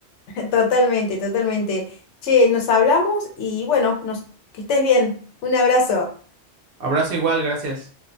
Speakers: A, on the left; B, on the right.
A: <laughs> Totalmente, totalmente. Che, nos hablamos y bueno, nos, que estés bien. Un abrazo.
B: Abrazo igual, gracias.